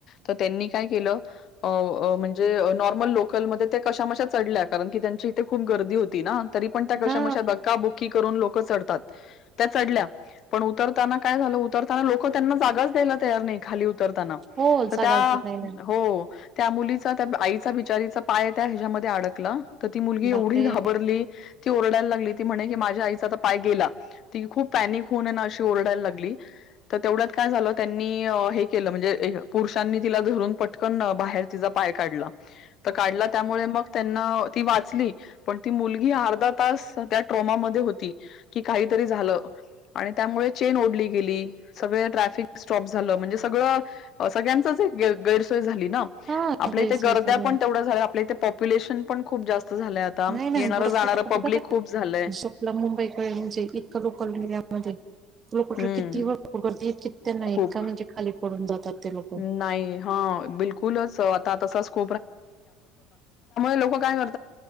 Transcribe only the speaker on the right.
हा
हो
जागाच
देत नाही ना
बापरे
हा काही
सोयच
नाही
नाही नाही
भरपूर
झोपला मुंबईकडे म्हणजे इतकं लोकल मीडिया मध्ये तु ल कुठर
किती गर्दी आहेत कित्या नाहीत
का म्हणजे खाली पडून जातात ते लोक